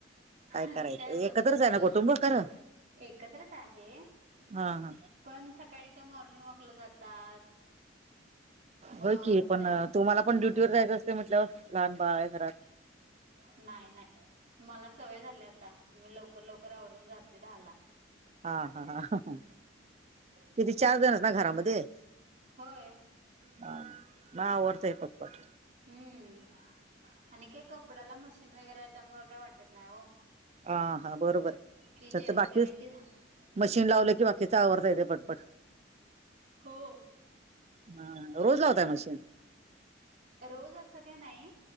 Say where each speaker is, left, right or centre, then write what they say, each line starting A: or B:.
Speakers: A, on the right; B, on the right.
A: हम
B: करायचं
A: काय बोलायचं
B: एकत्रच आहे ना कुटुंब खरं
A: एकत्रच आहे
B: हा हा
A: पण सकाळी त्या मॉर्निंग वॉकला जातात मग
B: होय की पण
A: त्या
B: तुम्हाला पण ड्युटी वर जायचं असते म्हटल्यावर लहान बाळ आहे घरात
A: नाही नाही मला सवय झाल्या आता मी लवकर लवकर आवरून जाते दहाला
B: हा हा हम किती चारजणच ना घरामध्ये
A: होय.
B: हा म आवरतय पटपट
A: हम्म आणि काय कपड्याला मशीन वगैरे आहे त्यामुळ काय वाटत नाही ओ
B: हा हा बरोबर आहे तर
A: जेवण
B: तर बाकीच
A: केलं की झा
B: मशीन लावलं की बाकीचा आवरतय ते पटपट
A: हो
B: हा रोज लावताय मशिन
A: रोज असं काय नाही